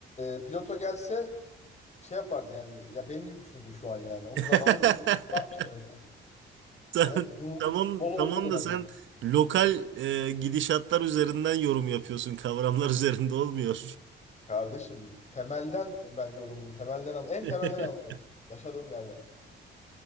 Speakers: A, on the left; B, on the right.
A: e, Plato gelse şey yapardı yani. Ya benim gibi düşündü şu an yani. Onun
B: <laughs>
A: zamanı Cumhuriyet varmış demek.
B: Ta-
A: Demek ki Cumhuriyet
B: Tamam,
A: bol
B: tamam
A: olduğu dönemde.
B: da sen lokal e, gidişatlar üzerinden yorum yapıyorsun, kavramlar üzerinde olmuyor.
A: Kardeşim temelden ben yorumumu temelden al en
B: <laughs>
A: temelden alıyorum. Yaşadığım yerden.